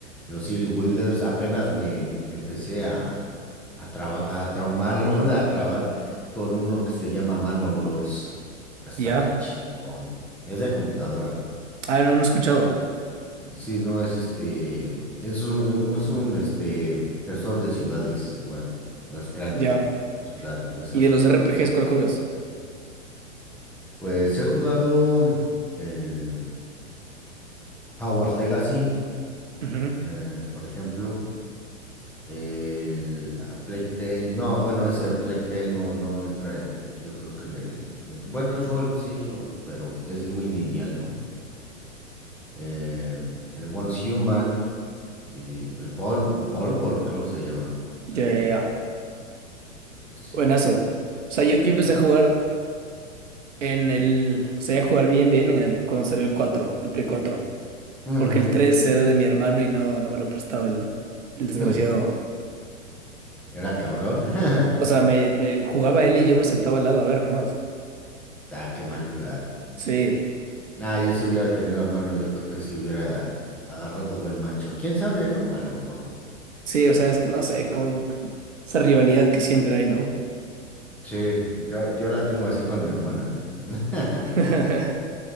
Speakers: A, in the centre; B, on the right (about 70°).
A: Los City Builders. Apenas me, me empecé a, a, traba- a traumar, ¿no? <laughs> A trabar con uno que se llama Manor Lords. Está
B: Ya.
A: bien chingón. Es de computadora.
B: Ah, no, no he escuchado.
A: Sí, no, es este, es un, es un este, gestor de ciudades, igual, vas creando
B: Ya.
A: tu, tu ciudad y tu desarrollo
B: Y de los RPGs,
A: en el PUBG.
B: ¿cuál juegas?
A: Pues he jugado el Hogwarts Legacy,
B: Ujú.
A: eh, por ejemplo, el ah, Plague Tale, no, bueno, ese Plague Tale no, no entra, en- yo creo que en el, en- bueno, es rol, sí, es rol, pero es muy lineal, ¿no? Em, el Once Human y el Paul, Paul World, creo que se llama
B: Ya,
A: también,
B: ya, ya.
A: sí.
B: Buenazo. O sea, yo, yo empecé
A: Dime.
B: a jugar en el. O sea, a jugar bien, bien en el, cuando salió el cuatro el Play cuatro
A: Ujú,
B: Porque el 3 era de mi hermano y no, no me lo prestaba el, el desgraciado.
A: mm, Era cabrón. <laughs>
B: O sea, me, me jugaba él y yo me sentaba al lado a ver nomás.
A: Ah, qué mal plan.
B: Sí,
A: Nah, yo si hubiera tenido hermanos, yo creo que si hubiera agarrado buen macho. ¿Quién sabe, no? A lo mejor no.
B: sí, o sea, es que no sé, como esa rivalidad que siempre hay, ¿no?
A: Sí, yo, yo la tengo así con mi hermana, ¿eh? <laughs>
B: <laughs>